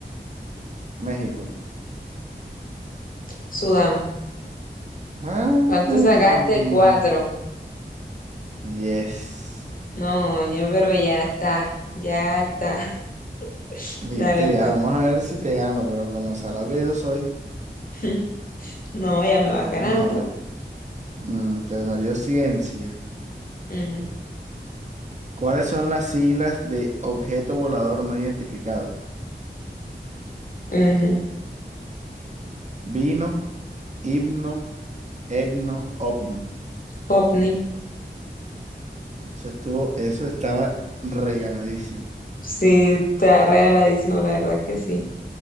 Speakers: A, on the right; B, on the left.
A: México.
B: Sudán.
A: Ay.
B: ¿Cuánto sacaste? Cuatro.
A: Yes.
B: No, ñe, pero ya está, ya está. <laughs>
A: Listo,
B: Dale,
A: ya
B: pues.
A: vamos a ver si te gano, pero con lo salado que yo soy.
B: <laughs> No, ya me
A: Bueno,
B: va ganando.
A: vamos a ver. Mm, te salió ciencia.
B: Ujú,
A: ¿Cuáles son las siglas de objeto volador no identificado?
B: ujú.
A: Vino, himno, etno, ovni.
B: Popni.
A: Eso estuvo, eso estaba regaladísimo.
B: Sí, está regaladísimo, la verdad es que sí.